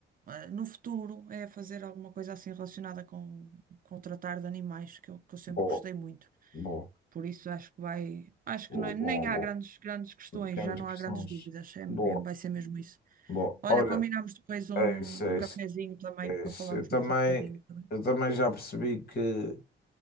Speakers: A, on the right; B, on the left.
A: ah, no futuro, é fazer alguma coisa assim relacionada com, com o tratar de animais, que eu, que eu sempre
B: Boa,
A: gostei muito.
B: boa,
A: Por isso acho que vai, acho
B: boa,
A: que não é-
B: boa,
A: nem
B: boa,
A: há grandes, grandes questões,
B: Grandes
A: já não
B: questões.
A: há grandes dúvidas, é,
B: boa.
A: é- vai ser mesmo isso.
B: Bom,
A: Olha,
B: olha,
A: combinamos depois um,
B: é isso, é
A: um cafezinho
B: isso,
A: também
B: é
A: para
B: isso.
A: falarmos
B: Eu também,
A: mais um bocadinho, tá
B: eu também já percebi que